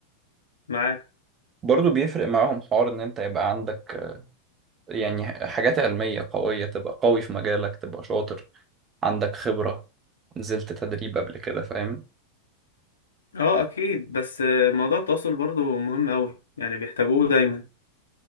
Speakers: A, on the left (about 70°); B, on the right (about 25°).
A: معاك
B: برضو بيفرق معاهم حوار ان انت يبقى عندك آه، يعني حاجات علمية قوية تبقى قوي في مجالك تبقى شاطر عندك خبرة نزلت تدريب قبل كده فاهم
A: اه اكيد بس آه، موضوع التواصل برضو مهم قوي يعني بيحتاجوه دايما